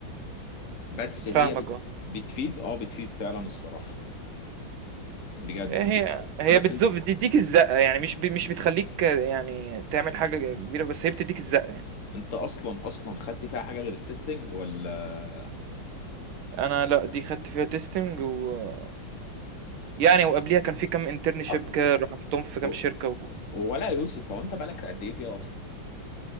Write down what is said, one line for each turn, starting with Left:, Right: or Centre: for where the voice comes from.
Left: بس هي
Right: فاهمك
Left: بت...
Right: آه،
Left: بتفيد اه بتفيد فعلا الصراحة بجد
Right: هي هي
Left: بس
Right: بتزو
Left: انت
Right: بتدّيك الزقة، يعني مش ب مش بتخلّيك آه، يعني تعمل حاجة كبيرة، بس هي بتدّيك الزقة يعني.
Left: انت اصلا اصلا خدت فيها حاجه غير التستنج ولا
Right: أنا لأ، دي خدت فيها testing و يعني وقبليها كان في كام internship
Left: أ-
Right: كده رُحتهم في كام
Left: و-
Right: شركة و
Left: ولا يا يوسف هو انت بقالك قد ايه فيها اصلا